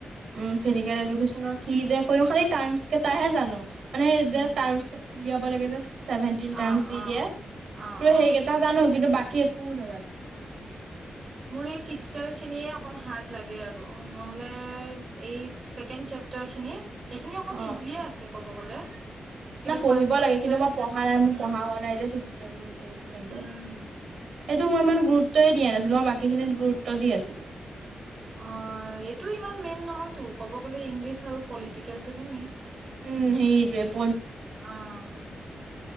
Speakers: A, on the right; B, on the right.
A: উম, ফিজিকেল এডুকেশ্যনৰ। কি যে কয়, খালি! টাৰ্মচ কেইটাহে জানো। মানে, এই
B: উম
A: যে টাৰ্মছ কেইটা উলিয়াব। কৰিব লাগে যে চেভেনটিন টাৰ্মছ
B: অ
A: দি
B: অ
A: দিয়ে,
B: অ
A: তো
B: অ
A: সেইকেইটা জানো, কিন্তু বাকী একো নেজানো।
B: মোৰ এই ফিক্সাৰখিনিয়ে অকণ হাৰ্ড লাগে আৰু নহ'লে এই চেকেণ্ড চেপ্টাৰখিনি। সেইখিনি অকণ
A: অ',
B: ইজিয়ে আছে। ক'ব গ'লে কিন্তু
A: না, পঢ়িব
B: ফাৰ্ষ্ট
A: লাগে,
B: চেপ্টাৰ
A: কিন্তু মই পঢ়া নাই। মোৰ
B: উম
A: পঢ়া হোৱা নাই যে, ফিজি। কেমম কেনটো
B: উম
A: এইটো মই ইমান গুৰুত্বই দিয়া নাছিলোঁ, মই বাকীখিনিত গুৰুত্ব দি আছিলোঁ।
B: অঁ, এইটো ইমান মেইন নহয়তো। ক'ব গ'লে, ইংলিছ আৰু পলিটিকেলটোহে মেইন।
A: উম, সেইটোৱেই।
B: অ',